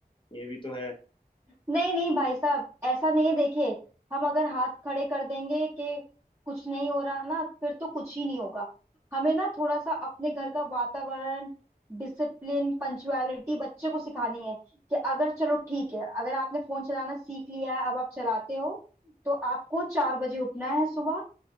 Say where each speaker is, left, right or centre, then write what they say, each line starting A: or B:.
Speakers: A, on the left (about 30°); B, on the right (about 15°).
A: ये भी तो है
B: नहीं नहीं भाई साहब ऐसा नहीं है देखिए हम अगर हाथ खड़े कर देंगे कि कुछ नहीं हो रहा ना फिर तो कुछ ही नहीं होगा हमें ना थोड़ा सा अपने घर का वातावरण डिसिप्लिन पंचुअलिटी बच्चे को सिखानी है कि अगर चलो ठीक है अगर आपने फोन चलाना सीख लिया है अब आप चलाते हो तो आपको चार बजे उठना है सुबह